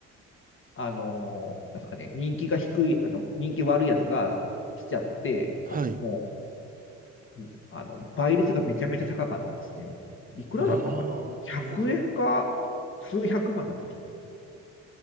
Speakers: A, on the left; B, on the right.
A: あの、なんですかね、人気が低い、あの、人気悪いやつが来ちゃって、
B: はい。
A: もう、あの、倍率がめちゃめちゃ高かったですね。いくらだったかな
B: あ
A: ?100
B: あ、なるほ
A: 円が数百万になってましたよ。